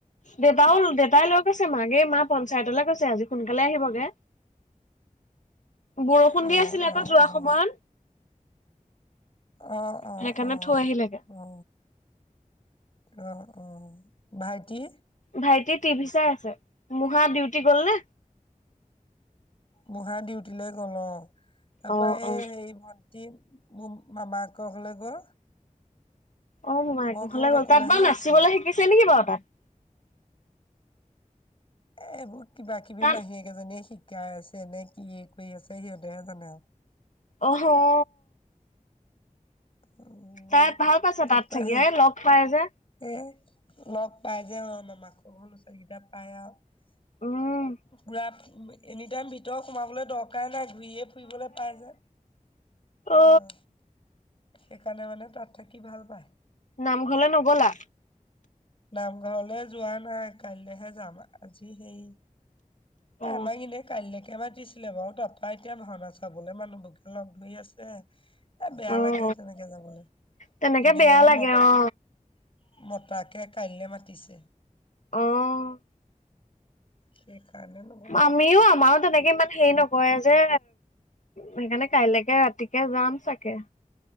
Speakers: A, on the left (about 60°); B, on the left (about 40°).
A: দেউতাও দেতাই লই আছে মাকে মা পঞ্চায়তলৈ গৈছে আজি সোনকালে আহিবগে। বৰষুণ দি
B: অ
A: আছিলে
B: অ
A: আকৌ যোৱা
B: অ অ
A: সময়ত।
B: অঁ অঁ
A: সেইকাৰণে
B: অ
A: থৈ আহিলেগে
B: অ। অ অ ভাইটি।
A: ভাইটি টিভি চাই আছে মোহা ডিউটি গল নে।
B: মোহা ডিউটিলৈ গল অঁ তাৰপৰা
A: অ
B: এই
A: অ
B: হেৰি ভন- টি মো মামাকক ঘলে গ'ল।
A: অ মমাইক
B: মই ঘৰত
A: ঘৰলে গ'ল
B: অকলেহে
A: তাত বাৰু নাচিবলৈ
B: আছো
A: শিকিছে নেকি বাৰু তাত।
B: এ এইবোৰ কিবা কিবি
A: তাত
B: মাহীয়েকেইজনীয়ে শিকাই আছে নে কি কৰি আছে সিহঁতেহে জানে আৰু।
A: অহ অ।
B: উম
A: তাত ভাল পাইছে
B: তাৰপা
A: তাত চাগি
B: সেই
A: এ লগ পাই যে।
B: এ লগ পাই যে অ মামাক ঘৰ লৰা ছোৱালী কেইটা পাই আউ।
A: উম
B: পুৰা এনি টাইম ভিতৰ সোমাবলৈ দৰকাৰ নাই ঘূৰিয়ে। ফুৰিবলে পাই যে
A: অ
B: অঁ। সেইকাৰণে মানে তাত থাকি ভাল পায়।
A: নামঘৰলে নগলা।
B: নামঘৰলৈ যোৱা নাই কাইলেহে যাম আজি সেই। এ
A: অ
B: আমাক এনেই- কাইলৈকে মাতিছিলে বাৰু তাৰাপৰা এতিয়া ভাওনা চাবলৈ মানুহবকে লগ ধৰি আছে। এ বেয়া
A: অ
B: লাগে তেনেকে যাবলৈ
A: তেনেকে
B: এনেই
A: বেয়া
B: মানে
A: লাগে
B: মত-
A: অ
B: মতাকে কাইলৈ মাতিছে।
A: অঁ।
B: সেইকাৰণে শ।
A: আমিও আমাৰো তেনেকে মানে। সেই নকয় যে সেইকাৰণে কাইলৈকে ৰাতিকে যাম চাগে।